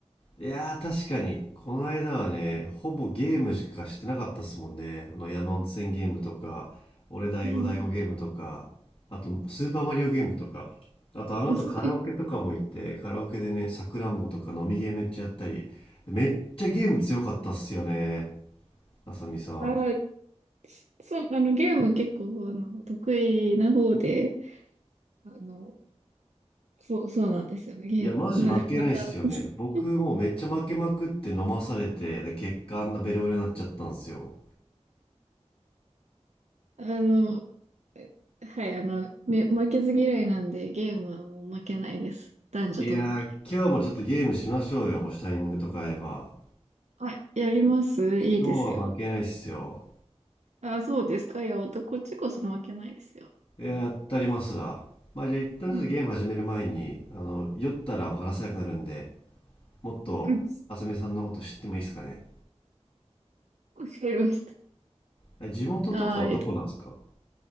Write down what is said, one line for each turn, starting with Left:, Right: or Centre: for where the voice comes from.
Left: いやー確かにこの間はねほぼゲームしかしてなかったっすもんねあの山手線ゲームとか俺第5第5ゲームとかあとスーパーマリオゲームとかあとあの後カラオケとかも行ってカラオケでねさくらんぼとか飲みゲーめっちゃやったりめっちゃゲーム強かったっすよね
Right: うんそう、
Left: あさみさん
Right: あ、そう、あの、ゲーム結構、あの、得意な方で、あの、そう、そうなんですよね。ゲーム、
Left: いやマジ負けないっすよね僕もうめっちゃ負けまくって飲まされてで結果あんなベロベロになっちゃったんすよ
Right: まあ、また、<laughs> あの、はい、あの、め、負けず嫌いなんで、ゲームはもう負けないです。男女ともに。
Left: いやー今日もちょっとゲームしましょうよもしタイミングとか合えば
Right: はい、やりますいいですよ。
Left: 今日は負けないっすよ。
Right: あ、そうですか。いや、こっちこそ負けないですよ。
Left: いや、やったりますわ。まあじゃあ一旦ちょっとゲーム始める前に、
Right: うん。
Left: あの、酔ったらお話せなくなるんで、もっと、
Right: うん
Left: あさみさんのこと知ってもいいですかね。
Right: わかりました。
Left: あ地元とかはどこなんですか
Right: あー、